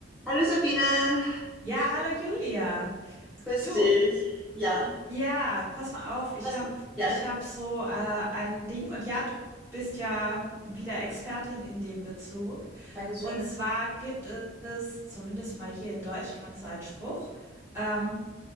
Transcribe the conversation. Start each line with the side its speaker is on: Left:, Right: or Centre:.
Centre: Hallo Sabine,
Right: Ja, hallo Julia.
Centre: grüß
Right: Du,
Centre: dich. Ja,
Right: ja, pass mal auf, ich
Centre: hast
Right: hab,
Centre: du, ja,
Right: ich hab so äh, ein Ding und ja, du bist ja wieder Expertin in dem Bezug.
Centre: Dankeschön.
Right: Und zwar gibt es zumindest mal hier in Deutschland so einen Spruch, ähm,